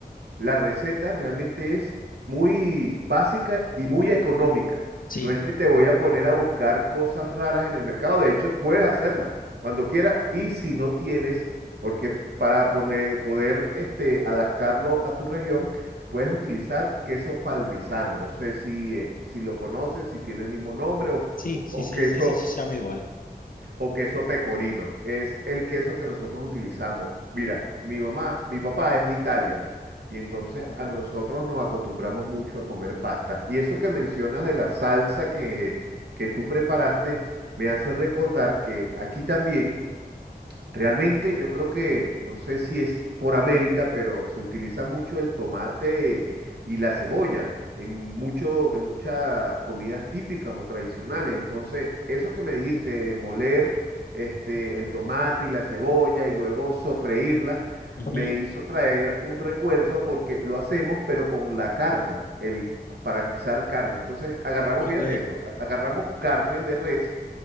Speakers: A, on the right; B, on the left.
A: la receta realmente es muy básica y muy económica.
B: Sí,
A: No es que te voy a poner a buscar cosas raras en el mercado. De hecho, puedes hacerla cuando quieras. Y si no tienes, porque para poner- poder este, adaptarlo a tu región, puedes utilizar queso parmesano. No sé si, eh, si lo conoces, si tiene el mismo nombre o,
B: sí,
A: o-
B: sí,
A: o
B: sí,
A: queso
B: eso sí se llama igual.
A: o queso pecorino. Es el queso que nosotros utilizamos. Mira, mi mamá, mi papá es de Italia y entonces
B: Oh.
A: a nosotros nos acostumbramos mucho a comer pasta. Y eso que mencionas de la salsa que, que tú preparaste me hace recordar que aquí también Realmente yo creo que, no sé si es por América, pero se utiliza mucho el tomate y la cebolla en mucho, en muchas comidas típicas o tradicionales. Entonces, eso que me dijiste, de moler este, el tomate y la cebolla y luego sofreírla,
B: Ujú,
A: me hizo traer un recuerdo porque lo hacemos, pero con la carne, el, para guisar carne. Entonces, agarramos,
B: Ok.
A: fíjate esto, a- agarramos carne de res